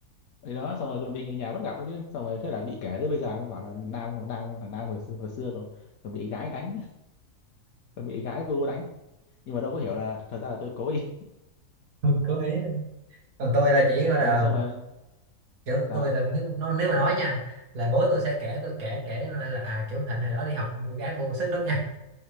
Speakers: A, on the left (about 75°); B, on the right (about 75°).
A: thì đó xong rồi còn bị người nhà bắt gặp đấy chứ xong rồi thế là bị kể tới bây giờ nó bảo là nam nam thằng nam hồi xưa, hồi xưa còn, còn bị gái đánh còn bị gái vu đánh nhưng mà đâu có hiểu là thật ra là tôi cố ý
B: <laughs> cố ý còn tôi là chỉ
A: <laughs>
B: gọi
A: ừ
B: là
A: xong rồi
B: kiểu
A: sao
B: tôi là nếu nó- nếu mà nói nha là bố tôi sẽ kể tôi kể kể là à, kiểu thằng Thịnh hồi đó đi học con gái bu sức nước